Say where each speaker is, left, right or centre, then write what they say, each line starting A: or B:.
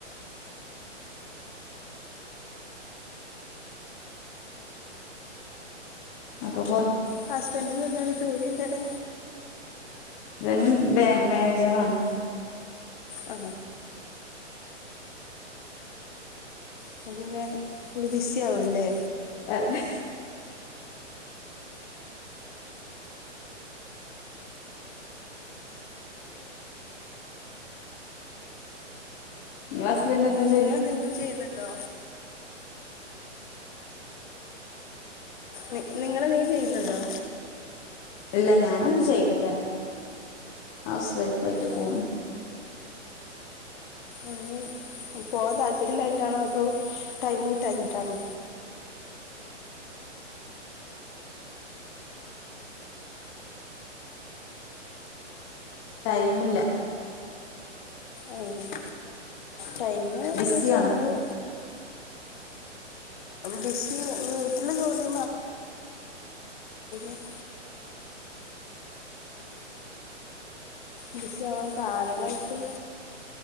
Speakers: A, on the left (about 20°); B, on the left (about 40°).
A: അപ്പൊ പൊറ
B: ഹസ്ബന്റിന് എന്താണ് ജോലി എന്താണ്
A: ഹസ്ബന്റ് ബാങ്ക് മാനേജർ ആണ്
B: ആ അപ്പൊ പിന്നെ ഫുള്ള് ബിസി ആകുല്ലേ
A: അതെ നിങ്ങളെ ഹസ്ബന്റനെന്താ ജോ
B: നിങ്ങൾ എന്തങ്കിലും ചെയ്യ്ന്ന് ണ്ടോ നി നിങ്ങൾ എന്തെങ്കിലും ചെയ്യുന്ന്ണ്ടോ
A: ഇല്ല ഞാൻ ഒന്നും ചെയ്യ്ണില്ല ഹസ്ബന്റ് ആയിട്ട്
B: ആ
A: പോണു
B: ഒന്നും പോകാൻ താല്പര്യം ഇല്ലാഞ്ഞിട്ടാണോ അതൊ ടൈം കിട്ടാഞ്ഞിട്ടാണോ
A: ടൈം ഇല്ല
B: ആ ടൈം ന്നവെച്ചാ
A: ബിസിയാണ്
B: നമ്മള് ബിസി വീട്ടിലെ ജോലി <unintelligible> ബിസി ആവാൻ കാരണായിട്ട്